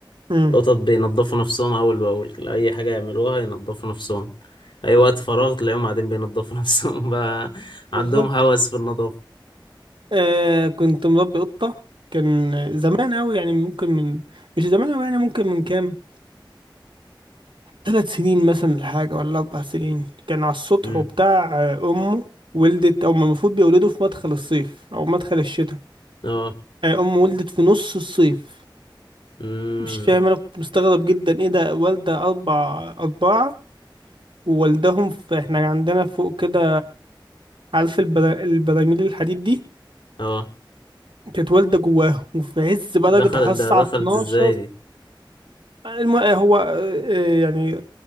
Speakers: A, on the right (about 75°); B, on the left (about 70°).
A: امم
B: القطط بينضفوا نفسهم أول بأول أي حاجة يعملوها ينضفوا نفسهم أي وقت فراغ تلاقيهم قاعدين بينضفوا <laughs> نفسهم بقى
A: بالظبط
B: عندهم هوس في النظافة
A: آه كنت مربي قطة كان زمان أوي يعني ممكن من مش زمان أوي يعني ممكن من كام ثلاث سنين مثلا الحاجة ولا أربع سنين كان على السطح
B: مم.
A: وبتاع آه، أمه ولدت أو المفروض بيولدوا في مدخل الصيف أو مدخل الشتاء
B: اه
A: آه، أمه ولدت في نص الصيف
B: مم.
A: مش فاهم أنا كنت مستغرب جدا إيه ده والدة أربع أربعة ووالدهم في إحنا عندنا فوق كده عارف البرا... البراميل الحديد دي
B: اه
A: كانت والدة جواه وفي عز بقى درجة
B: دخلت
A: الحرارة الساعة
B: ده دخلت
A: 12
B: ازاي دي
A: الم... هو آه، آه، يعني